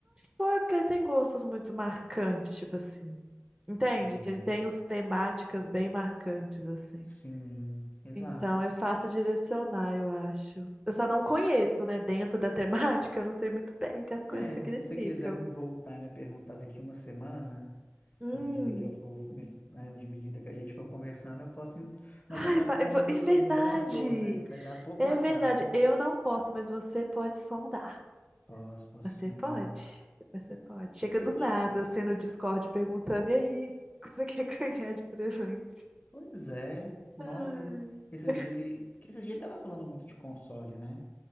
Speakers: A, on the right; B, on the left.
A: Bom, é porque ele tem gostos muito marcantes, tipo assim. Entende?
B: Sim.
A: Que ele tem os temáticas bem marcantes, assim.
B: Sim, exato.
A: Então é fácil direcionar, eu acho. Eu só não conheço, né? Dentro da <laughs> temática, eu não sei muito bem o que as coisas
B: É,
A: significam.
B: se você quiser me voltar a me perguntar daqui uma semana,
A: Hum.
B: à medida que eu for, me- né, de medida que a gente for conversando, eu posso. ent- Mas
A: Ai,
B: você sabe
A: vai,
B: como
A: eu vou-
B: que
A: é
B: eu sou
A: verdade!
B: um bom ator, né? Vai dar pouco
A: É
B: na
A: verdade,
B: cara.
A: eu não posso, mas você pode sondar.
B: Posso, posso
A: Você
B: sondar.
A: pode? Você pode. Chega
B: Ele
A: do nada,
B: tinha.
A: assim, no Discord perguntando, e aí, <laughs> o que você quer ganhar de presente?
B: Pois é, nó,
A: Ai,
B: ele- esses dias ele, porque esses dias ele tava falando muito de console, né?